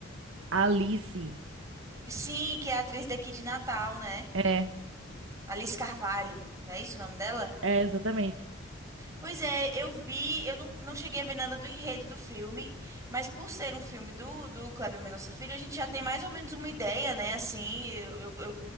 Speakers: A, on the right (about 70°); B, on the right (about 15°).
A: a Alice.
B: E Sim, que é a atriz daqui de Natal, né?
A: é,
B: Alice Carvalho. Não é isso o nome dela?
A: É, exatamente.
B: Pois é, eu vi, eu não, não cheguei a ver nada do enredo do filme, mas por ser um filme do, do Kleber Mendonça Filho, a gente já tem mais ou menos uma ideia, né, assim, eu, eu- eu-